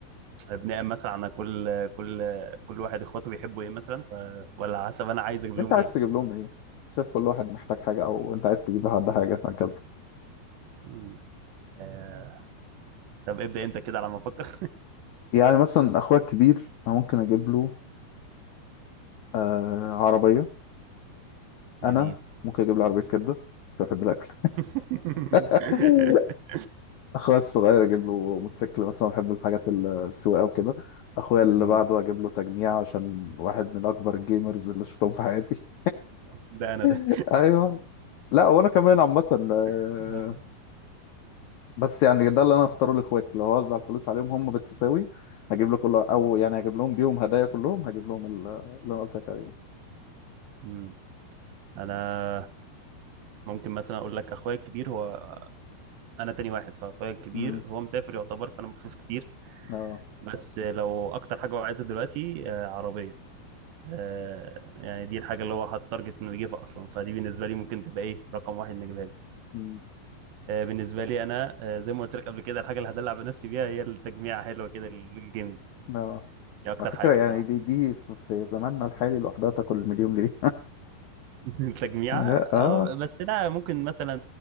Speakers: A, on the right; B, on the left.
A: بناء مثلا على كل كل كل واحد اخواته بيحبوا ايه مثلا ف... ولا حسب انا عايز اجيب
B: انت
A: لهم
B: عايز
A: ايه
B: تجيب لهم ايه شايف كل واحد محتاج حاجه او انت عايز تجيب لحد حاجه هكذا
A: مم. آه، طب ابدأ انت كده على ما افكر
B: يعني مثلا اخويا الكبير انا ممكن اجيب له آه عربيه
A: <laughs> جميل
B: انا ممكن اجيب له عربيه كبده عشان بحب الاكل
A: <laughs>
B: <laughs> اخويا الصغير اجيب له موتوسيكل مثلا بحب الحاجات السواقه وكده اخويا اللي
A: مم.
B: بعده اجيب له تجميع عشان واحد من اكبر الجيمرز اللي شفتهم في حياتي
A: ده انا ده
B: <laughs> ايوه لا وانا كمان عامه آه،
A: <laughs> آه.
B: بس يعني ده اللي انا اختاره لاخواتي لو هوزع الفلوس عليهم هم بالتساوي هجيب له كله او يعني هجيب لهم بيهم هدايا كلهم هجيب لهم ال- اللي انا قلت لك عليه
A: مم. انا ممكن مثلا اقول لك اخويا الكبير هو انا تاني واحد فاخويا الكبير
B: امم
A: هو مسافر يعتبر فانا مفروش كتير
B: اه
A: بس لو اكتر حاجه هو عايزها دلوقتي آه، عربيه آه، يعني دي الحاجة اللي هو حاطط تارجت انه يجيبها اصلا فدي بالنسبة لي ممكن تبقى ايه رقم واحد نجيبها لي
B: امم
A: آه، بالنسبة لي انا آه، زي ما قلت لك قبل كده الحاجة اللي هدلع بنفسي بيها هي التجميعة حلوة كده للجيمنج
B: اه
A: دي اكتر
B: على فكره
A: حاجة
B: يعني
A: الصراحة
B: دي دي في في زماننا الحالي لوحدها تاكل مليون جنيه
A: <laughs> التجميعة
B: <laughs> اه
A: اه بس لا ممكن مثلا